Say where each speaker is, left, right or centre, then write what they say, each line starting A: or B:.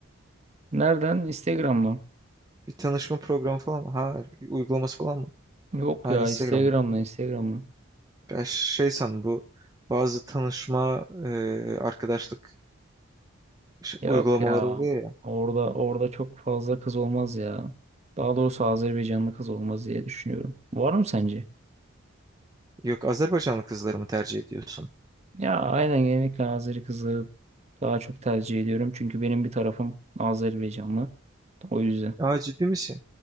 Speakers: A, on the right; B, on the right.
A: Nereden? Instagram'la.
B: Bir tanışma programı falan mı? Ha bir uygulaması falan mı?
A: Yok
B: Ha
A: ya
B: Instagram'a.
A: Instagram'la Instagram'la.
B: Ben şey sandım bu bazı tanışma e, arkadaşlık ş-
A: Yok
B: uygulamaları
A: ya.
B: oluyor ya.
A: Orada orada çok fazla kız olmaz ya. Daha doğrusu Azerbaycanlı kız olmaz diye düşünüyorum. Var mı sence?
B: Yok Azerbaycanlı kızları mı tercih ediyorsun?
A: Ya aynen genellikle Azeri kızları daha çok tercih ediyorum. Çünkü benim bir tarafım Azerbaycanlı. O yüzden.
B: Aa ciddi misin?